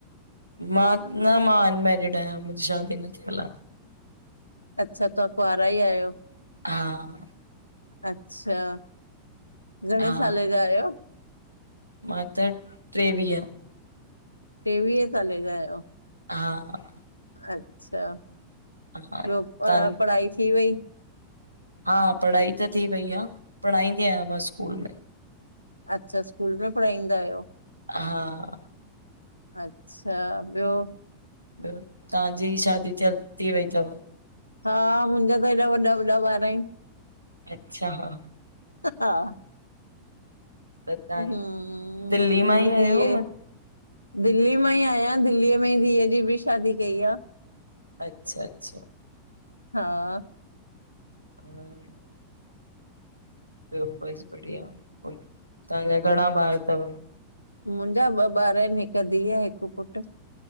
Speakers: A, on the right (about 85°); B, on the left (about 85°).
A: मां न मां अनमैरिड आहियां मुंहिंजी शादी न थियल आ।
B: अचछा तव्हां कुंवारा ई आहयो।
A: हां
B: अच्छा, घणे
A: हा
B: साले जा आहियो?
A: मां त टेवीह
B: टेवीहे साले जा आहियो।
A: हा
B: अच्छा
A: हा
B: ॿियो प
A: तां
B: पढ़ाई थी वई?
A: हा, पढ़ाई त थी वई आ पढ़ाईंदी आहियां मां स्कूल में।
B: अच्छा, स्कूल में पढ़ाईंदा आहियो।
A: हां।
B: अचछा ॿियो
A: ॿियो तहांजी शादी थयल थी वई तव?
B: हां मुंहिंजा त हेॾा वॾा वॾा ॿार आहिनि।
A: अच्छा हां
B: हां
A: त तव्हां
B: हूं,
A: दिल्ली
B: मुहिंजी
A: मां ई
B: धीअ
A: आहियो
B: ऐ।
A: म
B: दिल्ली मां ई आयां इन दिल्लीअ में ई धीअ जी बि शादी कई आ।
A: अच्छा अच्छा
B: हां
A: <inaudible> ॿियो बसि बढ़िया <unintelligible> तहांजा घणा ॿार तव?
B: मुंहिंजा ॿ ॿार आहिनि हिकु धीअ हिकु पुटु।